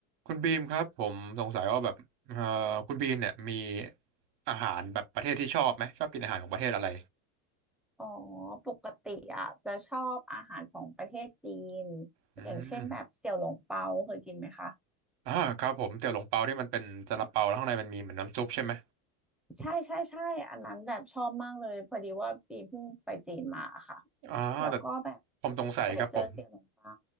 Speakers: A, on the right; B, in the centre.
A: คุณบีมครับผมสงสัยว่าแบบเอ่อคุณบีมเนี่ยมีอาหารแบบประเทศที่ชอบไหมชอบกินอาหารของประเทศอะไร
B: อ๋อปกติอ่ะจะชอบอาหารของประเทศจีน
A: อืม
B: อย่างเช่นแบบเสี่ยวหลงเปาเคยกินไหมคะ
A: อ่าครับผมเตี๋ยวหลงเปาที่มันเป็นซาลาเปาแล้วข้างในมันมีเหมือนน้ำซุปใช่ไหม
B: ใช่ใช่ใช่อันนั้นแบบชอบมากเลยพอดีว่าปีเพิ่งไปจีนมาค่ะ
A: อ่าแต่
B: แล้วก็แบบ
A: ผมสงสัยครับผม
B: ไปเจอเสี่ยวหลงเปา